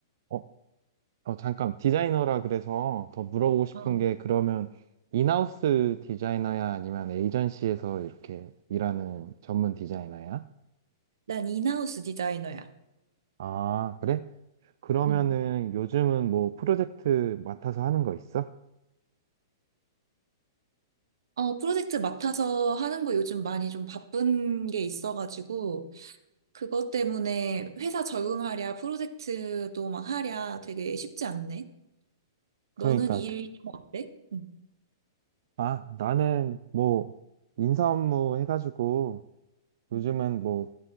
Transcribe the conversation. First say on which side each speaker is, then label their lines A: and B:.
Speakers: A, on the right; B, on the right.
A: 어, 어, 잠깐, 디자이너라 그래서 더 물어보고 싶은
B: 어,
A: 게 그러면 인하우스 디자이너야 아니면 에이전시에서 이렇게 일하는 전문 디자이너야?
B: 난 인하우스 디자이너야.
A: 아, 그래? 그러면은
B: 음.
A: 요즘은 뭐 프로젝트 맡아서 하는 거 있어?
B: 어, 프로젝트 맡아서 하는 거 요즘 많이 좀 바쁜 게 있어가지고, 그것 때문에 회사 적응하랴, 프로젝트도 막 하랴 되게 쉽지 않네.
A: 그러니까
B: 너는 일좀 어때? 응.
A: 아, 나는 뭐 인사 업무 해가지고 요즘은
B: 음.
A: 뭐